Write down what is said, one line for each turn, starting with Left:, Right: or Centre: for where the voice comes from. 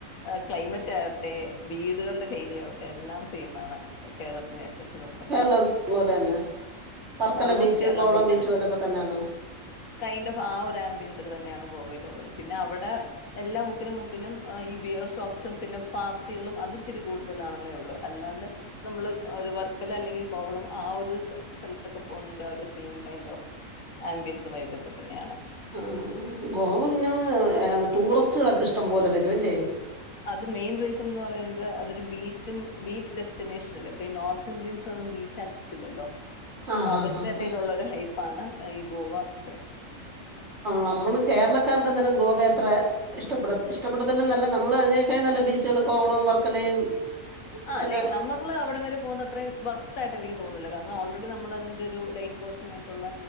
Left: ഏ കൈമെറ്റ് ആവട്ടെ വീട്കൾടെ ശൈലിയാവട്ടെ എല്ലാം സൈംമാണ് കേരളത്തിനേ വെച്ചുനോക്കുമ്പോ
Right: കേരളം പോലെ തന്നെ വർക്കല
Left: ഓൾമോസ്റ്റ്
Right: ബീച്ച്
Left: കേരളം
Right: കോവളം
Left: പോൽ
Right: ബീച്ച്
Left: തന്നെ
Right: പോലൊക്കെ തന്നെയാണോ?
Left: കൈൻഡ് ഓഫ് ആ ആമ്പിയൻസൊക്കെ തന്നെയാണ് ഗോവയിലുള്ളത് പിന്നെ അവിടെ എല്ലാ മുക്കിലും മുക്കിലും ഈ വിയോ ഷോപ്പ്സും പിന്നെ പാർട്ടികളും അത് ഇച്ചിരി കൂടുതലാണെന്നേള്ളു അല്ലാണ്ട് നമ്മള് വർക്കല അല്ലെങ്കി കോവളം ആ ഒരു സ്ഥലത്തൊക്കെ പോന്നേന്റെ ഒരു സീൻ കൈൻഡ് ഓഫ്‌ ആമ്പിൻസും വൈബോക്കെ തന്നെയാണ്
Right: ആ ആ ഗോവ പിന്നങ്ങനെ ടൂറിസ്റ്റ് സ്സുകളൊക്കെ ഇഷ്ടം പോലെ വരുവല്ലേ
Left: അത് മെയിൻ റീസൺ എന്ന് പറയുന്നത് അതൊരു ബീച്ച് വെസ്റ്റിനേഷൻ അല്ലേ നോർത്ത് ഇന്ത്യൻസിനൊന്നും ബീച്ച് ആക്സിസ് ഇല്ലല്ലോ
Right: ആഹ്
Left: അവരുടെ
Right: ആഹ് ആഹ്
Left: കയ്യിലുള്ളൊരു ഹൈപാണ് ഈ ഗോവ അത്രേം
Right: നമ്മളെ കേരളക്കാർക്ക് ഗോവ അത്ര ഇഷ്ടപ്പെടത്തില്ല എന്നല്ല നമ്മൾ അതിനേക്കാൾ ബീച്ചുകൾ കോവളോം വർക്കലയും
Left: ആ
Right: ഒക്കെ
Left: ലൈക് നമ്മൾ അവിടം വരെ പോന്നത്രയും വർത്തായിട്ടിരിക്കും തോന്നില്ല ഓൾറെഡി നമ്മളതിന്റെ ഒരു ലൈറ്റ് വേർഷൻ ആയിട്ടുള്ള